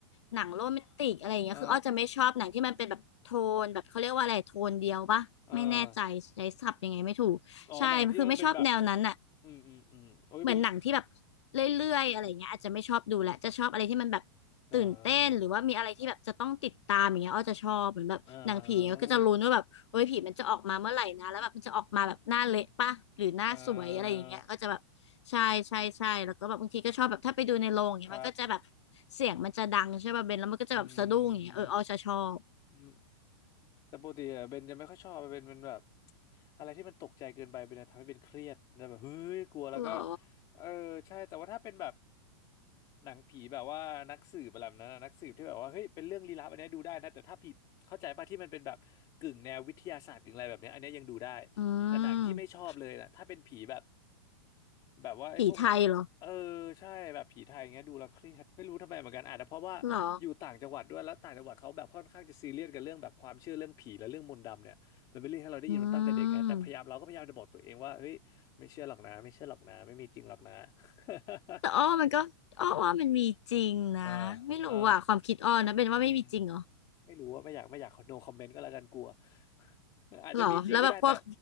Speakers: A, on the left (about 85°); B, on the left (about 25°).
A: หนังโรแมนติกอะไรอย่างเงี้ยคืออ้อจะไม่ชอบหนังที่มันเป็นแบบโทนแบบเขาเรียกว่าอะไรโทนเดียวปะไม่แน่ใจใช้ศัพท์ยังไงไม่ถูกใช่คือไม่ชอบแนวนั้นอ่ะ
B: เออ เอ่อ๋อหนังที่มันเป็นแบบอืมอืมอืมโอ้ยเป็น
A: เหมือนหนังที่แบบเรื่อยๆอะไรเงี้ยอาจจะไม่ชอบดูแหละจะชอบอะไรที่มันแบบตื่นเต้นหรือว่ามีอะไรที่แบบจะต้องติดตามอย่างเงี้ยอ้อจะชอบเหมือนแบบหนังผีก็จะลุ้นว่าแบบโอ้ยผีมันจะออกมาเมื่อไหร่นะแล้วแบบมันจะออกมาแบบหน้าเละปะหรือหน้าสวยอะไรอย่างเงี้ยก็จะแบบใช่ใช่ใช่แล้วก็แบบบางทีก็ชอบแบบถ้าไปดูในโรงอย่างเงี้ยมันก็จะแบบ
B: เอ่อเอ่อเออครับ
A: เสียงมันจะดังใช่ป่ะเบนแล้วมันก็จะแบบสะดุ้งอย่างเงี้ยเอออ้อจะชอบ
B: อืม แต่ปกติอะเบนจะไม่ค่อยชอบเป็นเป็นแบบอะไรที่มันตกใจเกินไปเป็นจะทำให้เบนเครียดแล้วแบบเฮ้ยกลัวแล้วก็
A: เหรอ
B: เออใช่แต่ว่าถ้าเป็นแบบหนังผีแบบว่านักสืบอะไรแบบนั้นอะนักสืบที่แบบว่าเฮ้ยเป็นเรื่องลี้ลับอันเนี้ยดูได้นะแต่ถ้าผิดเข้าใจป่ะที่มันเป็นแบบกึ่งแนววิทยาศาสตร์กึ่งอะไรแบบเนี้ยอันเนี้ยยังดูได้
A: อื
B: แต่หนังที่ไม่ชอบเลยนะถ้าเป็นผีแบบ
A: ม
B: แบบว่าไอ้พวกน่ะ
A: ผีไทยเหรอ
B: เออใช่แบบผีไทยเงี้ยดูแล้วเครียดไม่รู้ทำไมเหมือนกันอาจจะเพราะว่าอยู่ต่างจังหวัดด้วยแล้วต่างจังหวัดเขาแบบค่อนข้างจะซีเรียสกับเรื่องแบบความเชื่อเรื่องผีและเรื่องมนต์ดำเนี่ยมันเป็นเรื่องที่เราได้ยินมันตั้งแต่เด็กไงแต่พยายามเราก็พยายามจะบอกตัวเองว่าเฮ้ยไม่เชื่อหรอกนะไม่เชื่อหรอกนะไม่มีจริงหรอกนะ
A: เหรออืม
B: <laughs>
A: แต่อ้อมันก็อ้อว่ามันมีจริงนะไม่รู้อ่ะความคิดอ้อนะเป็นว่าไม่มีจริงเหรอ
B: อ่าอ่าอืมไม่รู้ว่าไม่อยากไม่อยากโนคอมเมนต์ก็แล้วกันกลัว <laughs> อาจจะมีจริงก็ได้แต่
A: หรอแล้วแบบพวก